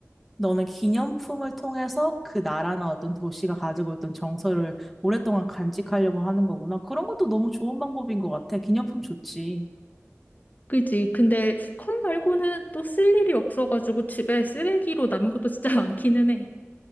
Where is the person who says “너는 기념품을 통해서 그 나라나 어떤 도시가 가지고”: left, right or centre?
Centre